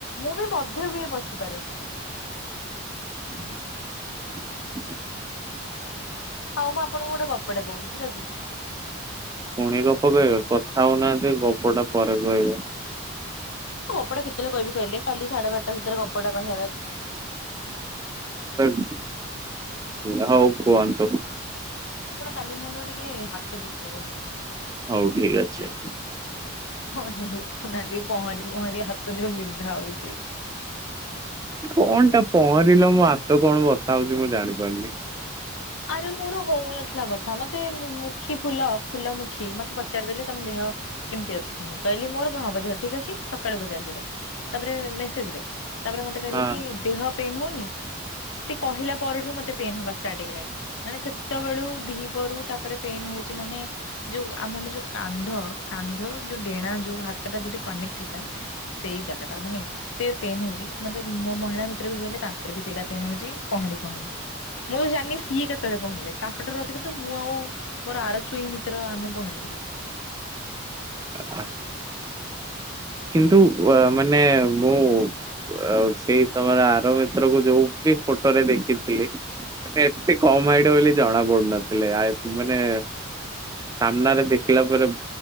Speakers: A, on the left (about 70°); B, on the right (about 15°).
A: ମୁଁ ବି ବଧେ ବି ବସିପାରେ।
B: ଉଁ
A: ହଉ ମୁଁ ଆପଣଙ୍କୁ ଗୋଟେ ଗପଟେ କୋହୁଚି ଠିକ୍ ଅଛି। ମୁଁ
B: ପୁଣି ଗପ କହିବ କଥା ହଉନାହାନ୍ତି ଗପଟା ପରେ କହିବେ।
A: ଓଁ ଗପଟା କେତେଳେ କହିବି କହିଲେ କାଲି ସାଢ଼େ ବାରଟା ଭିତରେ ଗପଟା କହିବାର ଅଛି ମ
B: ଓଟେ ତିରା ହଉ କୁହନ୍ତୁ।
A: ଆପଣ କାଲି ମୋର ଟିକେ ହାତ ଚପିଦେବେ।
B: ହଉ ଠିକ୍ ଅଛି।
A: ହଁ ଯେ ଲେଖୁନାହାନ୍ତି ପହଁରି ପହଁରି ହାତ ଯୋଉ ବିନ୍ଧା ହଉଚି।
B: କଣଟା ପହଁରିଲ ମୋ ହାତ କଣ ବଥା ହଉଚି ମୁଁ ଜାଣି ପାରୁନି?
A: ଆରେ ମୋର ହୋଉନଥଲା ବଥା ମତେ ମୁଖୀ ଫୁଲ ଫୁଲମୁଖୀ ମତେ ପଚାରିଦେଲେ ତମ ଦେହ କେମତି ଅଛି ମୁଁ କହିଲି ମୋର କଁ ହବ ଦେହ ଠିକ୍ ଅଛି ସକାଳୁ ପଚାରିଥିଲେ ତାପରେ ମେସେଜ୍ ରେ। ତାପରେ ମତେ କହିଲେ
B: ହଁ।
A: କି ଦେହ ପେନ୍ ହୋଉନି ସେ କହିଲା ପରଠୁ ମତେ ପେନ୍ ହବା ଷ୍ଟାର୍ଟ ହେଇଗଲାଣି। ମାନେ ସେତବେଳୁ ଦିହିପଅରୁ ତାପରେ ପେନ୍ ହଉଚି ମାନେ ଯୋଉ ଆମନେ ଯୋଉ କାନ୍ଧ କାନ୍ଧ ଯୋଉ ଡେଣା ଯୋଉ ହାତଟା ଯୋଉଠି କନେକ୍ଟ୍ ହେଇଥାଏ ସେଇ ଜାଗାଟା ମାନେ ତେ ପେନ୍ ହଉଚି ମତେ ମୋ ମହିଳା ମିତ୍ର ବି କହିଲେ ତାଙ୍କର ବି ସେଇଟା ପେନ୍ ହଉଚି ପହଁରି ପହଁରି। ମୁଁ ତ ଜାଣନି ସ୍ ତଳେ ପହଁରିଲେ ତାଙ୍କଠାରୁ ଅଧିକ ତ ମୁଁ ଆଉ ମୋର ଆର ଚୁଇଁ ମିତ୍ର ଆମେ ପହଁରିିଥିଲୁ।
B: ଅ ଅ କିନ୍ତୁ ୱା ମାନେ ମୁଁ ଉ ଆଉ ସେଇ ତମର ଆର ମିତ୍ରକୁ ଯୋଉଟି ଫଟରେ ଦେଖିଥିଲି। ଏନେ ଏତେ କମ୍ ହାଇଟ୍ ବୋଲି ଜଣା ପଡୁ଼ନଥୁଲେ ଆଏ ତି ମାନେ ସାମ୍ନାରେ ଦେଖିଲା ପରେ